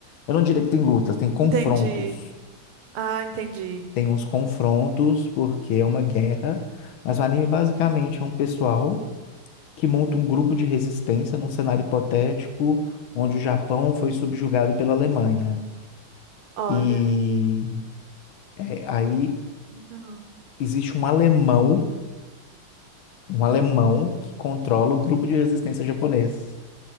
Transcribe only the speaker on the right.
entendi. Ah, entendi.
Olha,
legal.